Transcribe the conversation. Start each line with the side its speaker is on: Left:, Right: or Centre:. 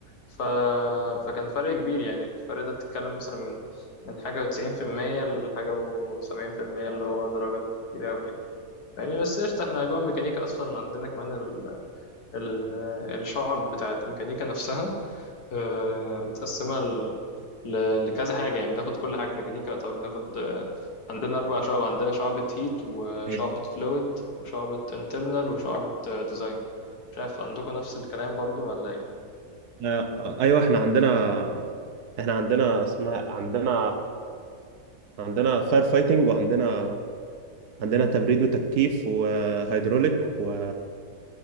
Left: ف... فكان فرق كبير يعني الفرق ده بتتكلم مثلا من من حاجة وتسعين في المية لحاجة وسبعين في المية اللي هو درجات كتير أوي يعني يعني بس قشطة احنا جوه الميكانيكا أصلا عندنا كمان ال... ال... الشعب بتاعت ميكانيكا نفسها آه، متقسمة ل... ل- لكذا حاجة يعني بناخد كل حاجة في ميكانيكا طب بناخد آه، عندنا أربع شعب عندنا شعبة هيت وشعبة
Right: مم.
Left: فلويد وشعبة انترنال وشعبة ديزاين مش عارف عندكم نفس الكلام برضو ولا إيه؟
Right: آه، ايوه احنا عندنا احنا عندنا اسمها عندنا عندنا فاير فايتنج وعندنا عندنا تبريد وتكييف وهيدروليك و...